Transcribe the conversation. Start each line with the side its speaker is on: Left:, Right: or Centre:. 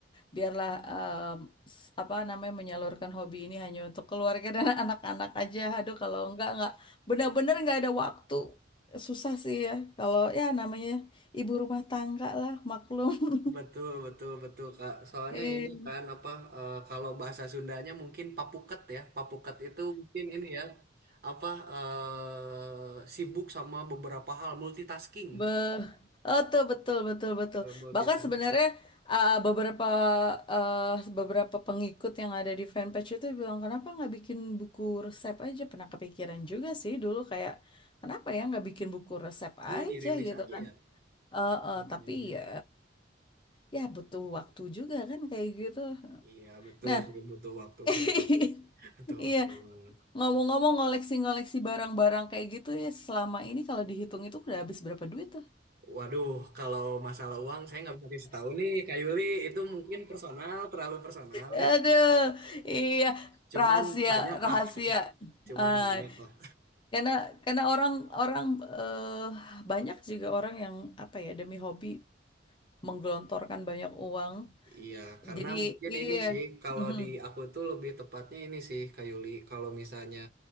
Left: biarlah em, s- apa namanya menyalurkan hobi ini hanya untuk keluarga dan <laughs> anak-anak aja. Aduh, kalau enggak enggak benar-benar enggak ada waktu. Susah sih ya
Right: <laughs>
Left: kalau ya namanya ibu rumah tangga lah, maklum.
Right: Betul,
Left: <laughs>
Right: betul, betul, Kak. Soalnya
Left: Iya.
Right: ini kan apa eh, kalau bahasa Sundanya mungkin papuket ya. Papuket itu mungkin ini ya apa eh, sibuk sama beberapa hal multitasking.
Left: Be oh tuh betul betul betul.
Right: Eh, Multitasking.
Left: Bahkan sebenarnya uh, beberapa uh, beberapa pengikut yang ada di fanpage itu bilang kenapa nggak bikin buku resep aja? Pernah kepikiran juga sih dulu kayak kenapa ya nggak bikin buku resep
Right: Iya,
Left: aja
Right: dirilis
Left: gitu
Right: aja
Left: kan?
Right: ya.
Left: Eh, eh,
Right: Iya,
Left: tapi
Right: iya.
Left: ya ya butuh waktu juga kan kayak gitu.
Right: Iya, betul
Left: Nah,
Right: sih butuh waktu
Left: <laughs>
Right: banget. <laughs> Butuh
Left: iya
Right: waktu banget.
Left: ngomong-ngomong ngoleksi-ngoleksi barang-barang kayak gitu ya selama ini kalau dihitung itu udah habis berapa duit tuh?
Right: Waduh, kalau masalah uang saya nggak bisa kasih tahu nih, Kak Yuli. Itu mungkin personal, terlalu personal
Left: Aduh,
Right: ya.
Left: iya
Right: Cuman
Left: rahasia
Right: banyak
Left: rahasia.
Right: lah. Cuman
Left: Ah,
Right: banyak lah.
Left: karena karena orang orang eh, banyak juga orang yang apa ya demi hobi menggelontorkan banyak uang.
Right: Iya, karena
Left: Jadi
Right: mungkin
Left: iya.
Right: ini sih kalau
Left: Mhm,
Right: di aku tuh lebih tepatnya ini sih Kak Yuli, kalau misalnya